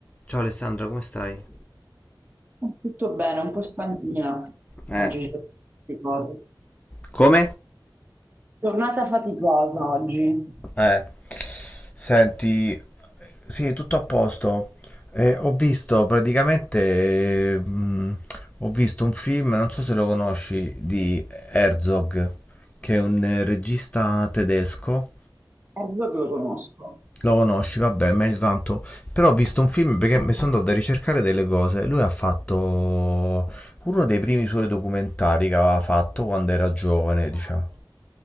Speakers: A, on the left; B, on the right.
A: Ciao Alessandra, come stai?
B: Tutto bene, un po' stanchina
A: Eh.
B: oggi. c'è queste cose.
A: Come?
B: Giornata faticosa oggi.
A: Eh, senti, sì, tutto a posto. Eh, ho visto praticamente, eh, mh, ho visto un film, non so se lo conosci, di Herzog, che è un eh, regista tedesco.
B: Erzo che lo conosco,
A: Lo conosci, vabbè, meglio tanto. Però ho visto un film perché mi sono andato a ricercare delle cose. Lui ha fatto uno dei primi suoi documentari che aveva fatto quando era giovane, diciamo.